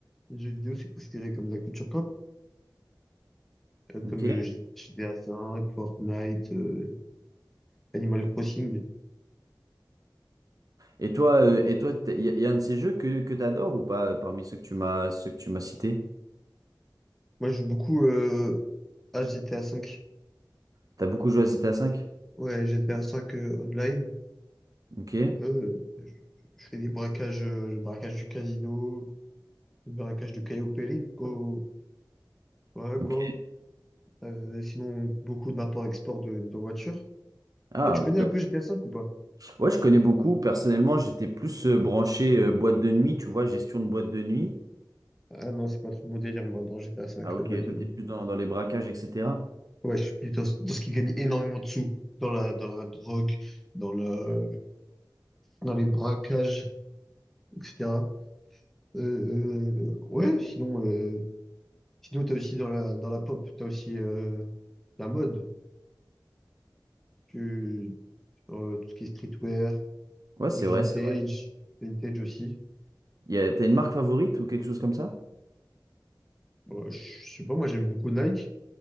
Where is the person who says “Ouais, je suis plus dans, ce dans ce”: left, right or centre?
Centre